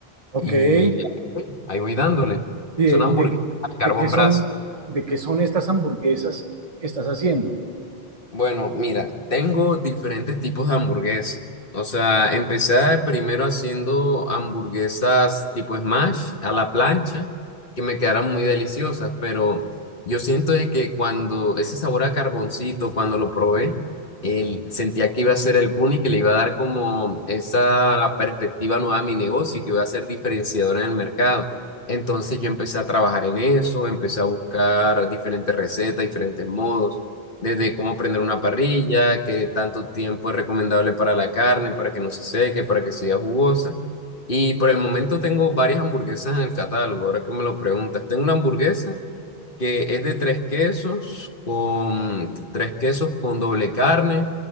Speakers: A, on the right; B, on the left.
A: Ok,
B: Y
A: ¿y
B: ahí voy, ahí voy dándole.
A: de,
B: Son hamburguesas
A: de-
B: al carbón
A: de qué son,
B: brasa.
A: de qué son estas hamburguesas que estás haciendo?
B: Bueno, mira, tengo diferentes tipos de hamburguesas. O sea, empecé primero haciendo hamburguesas tipo smash a la plancha, que me quedaron muy deliciosas, pero yo siento de que cuando ese sabor a carboncito, cuando lo probé, el- sentía que iba a ser el boom y que le iba a dar como esa perspectiva nueva a mi negocio y que iba a ser diferenciadora en el mercado. Entonces yo empecé a trabajar en eso, empecé a buscar diferentes recetas, diferentes modos desde cómo prender una parrilla, qué tanto tiempo es recomendable para la carne, para que no se seque, para que sea jugosa. Y por el momento tengo varias hamburguesas en el catálogo, ahora que me lo preguntas. Tengo una hamburguesa que es de tres quesos, con tres quesos con doble carne